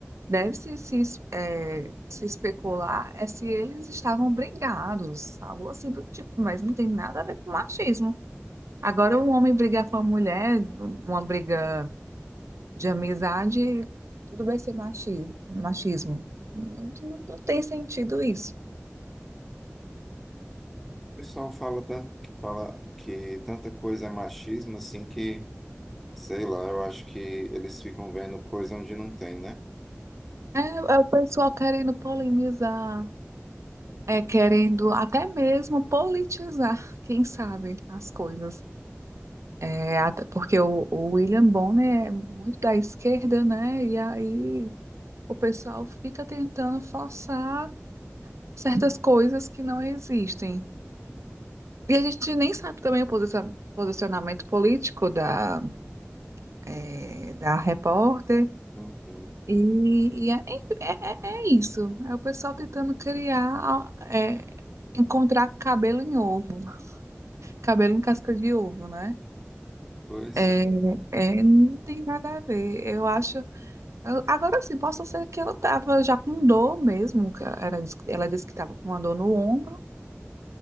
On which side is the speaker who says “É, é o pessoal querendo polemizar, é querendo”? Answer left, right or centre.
Right